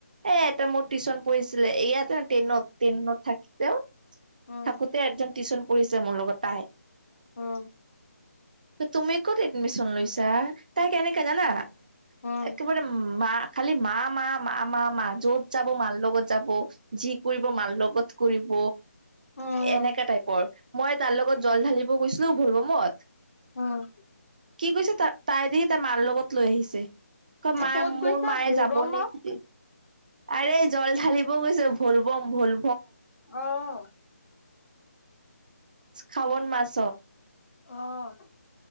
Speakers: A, on the right; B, on the left.
A: এ এটা মোৰ টিউশন ছিল ইয়াতে টেনত টেনত থাকতেও
B: উম
A: থাকোতে একজন টিউচন পঢ়িছে মোৰ লগত
B: উম
A: তুমি ক'ত এডমিচন লৈছ তাই কেনেকে জানা
B: উম।
A: একেবাৰে মাঁ খালি মা মা মা মা য'ত যাব মাঁ লগত যাব যি কৰিব মাল লগত কৰিব
B: উম
A: এনেকা টাইপৰ মই তাৰ লগত জল ঢালিব গৈছিলো ভলভমত
B: উম
A: কি কৈছে তাই দি তাৰ মাৰ লগত লৈ আহিছে মা
B: ক'ত গৈছা
A: মোৰ মায়ে
B: গৰমত
A: যাব নিদিয়ে আৰে জল ঢালিব গৈছে ভল বম ভল
B: আহ
A: খাৱন মাছ
B: অহঁ